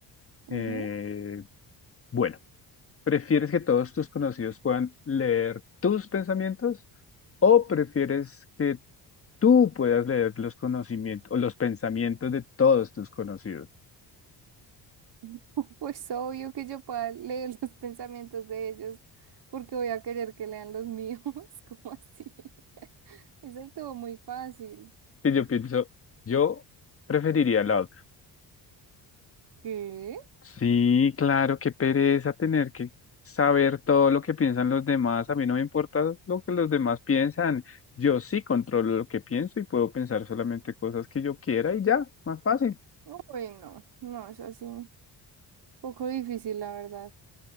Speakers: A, on the right; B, on the left.
A: Ujú.
B: Eh, bueno, ¿prefieres que todos tus conocidos puedan leer tus pensamientos o prefieres que tú puedas leer los conocimientos o los pensamientos de todos tus conocidos?
A: <laughs> Pues obvio que yo pueda leer los pensamientos de ellos, porque voy a querer que lean los míos, <laughs> como así? <laughs> Eso estuvo muy fácil.
B: Y yo pienso, yo preferiría la otra.
A: ¿Qué?
B: Sí, claro, qué pereza tener que saber todo lo que piensan los demás. A mí no me importa lo que los demás piensan. Yo sí controlo lo que pienso y puedo pensar solamente cosas que yo quiera y ya, más fácil.
A: No, Bueno, no, es así. poco difícil, la verdad. <laughs>